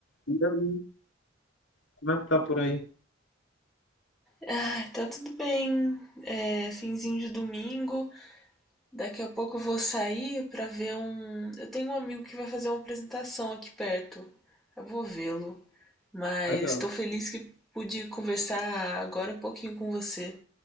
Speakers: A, on the left; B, in the centre.
A: E aí, como é que tá por aí?
B: Ai, tá tudo bem. É, finzinho de domingo. Daqui a pouco eu vou sair pra ver um. Eu tenho um amigo que vai fazer uma apresentação aqui perto. Eu vou vê-lo. Mas
A: Legal.
B: tô feliz que pude conversar agora um pouquinho com você.